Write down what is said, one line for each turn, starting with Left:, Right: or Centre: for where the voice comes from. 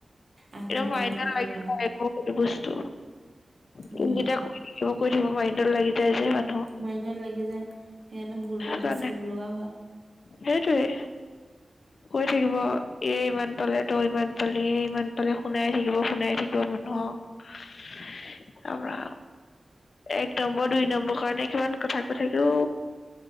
Right: আত্মহত্যা
Left: একদম মাইণ্ডত
Right: কৰি ল'ব
Left: লাগি
Right: লগা
Left: যায়
Right: হয়
Left: একো বস্তু
Right: উম
Left: যোনকেইটা কিবা কৈ থাকিব মাইণ্ডত লাগি যায় যে মানুহক
Right: মাইণ্ডত লাগি যায় সেইকাৰণে ভুল
Left: সেইকাৰণে
Right: পথ বাছি ল'ব লগা হয়
Left: সেইটোৱে কৈ থাকিব এ ইমান পালে তই ইমান পালি এ ইমান এফালে শুনাই থাকিব শুনাই থাকিব মানুহক
Right: অ
Left: ৰাম ৰাম এক নম্বৰ দুই নম্বৰ কাৰণে কিমান কথা কৈ থাকে ও